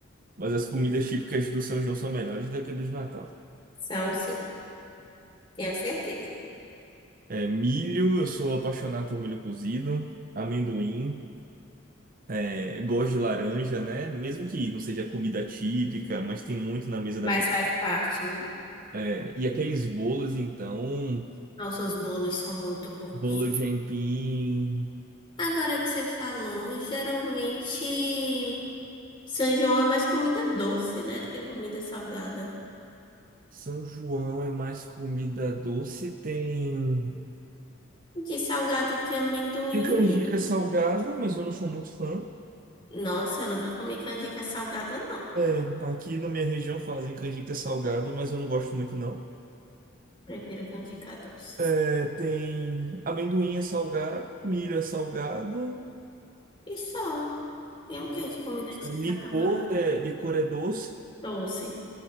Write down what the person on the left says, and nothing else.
São, sim, tenho certeza.
Mas
faz parte, né?
Nossos bolos são muito bons.
Agora que você falou, geralmente São João é mais comida doce, né, do que comida salgada.
De salgado tem amendoim
e milho.
Nossa, eu nunca comi canjica salgada, não.
Prefiro canjica doce.
E só. Tem o que de comida típica
salgada?
Doce.